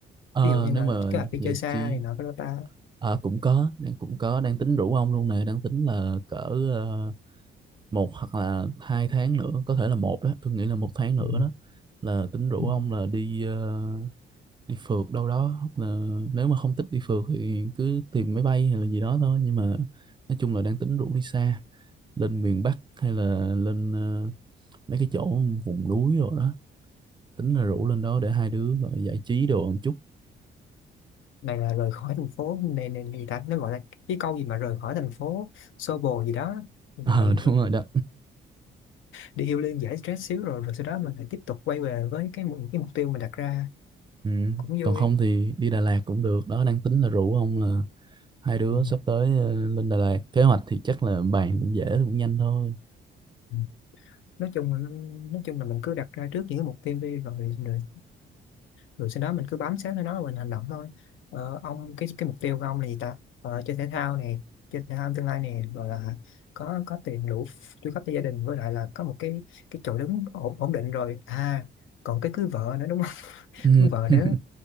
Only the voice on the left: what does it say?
ví dụ như
là
kế hoạch đi chơi
xa
này nọ cái đó ta
ừ.
ừ.
này là rời khỏi thành phố này này này gì ta nó gọi là cái câu gì mà rời khỏi thành phố xô bồ gì đó rồi,
rồi,
đi healing liên giải stress xíu rồi rồi sau đó mình lại tiếp tục quay về với cái mục- cái mục tiêu mình đặt ra
cũng
vui
Ừ.
Ừ. nói chung là- nói chung là mình cứ đặt ra trước những cái mục tiêu đi rồi, rồi rồi sau đó mình cứ bám sát theo nó và mình hành động thôi ờ, ông cái cái mục tiêu của ông là gì ta ờ, chơi thể thao này chơi thể thao tương lai này rồi là có có tiền đủ chu cấp cho gia đình với lại là có một cái cái chỗ đứng ổn, ổn định rồi à còn cái cưới vợ nữa đúng không <laughs>
cưới vợ
nữa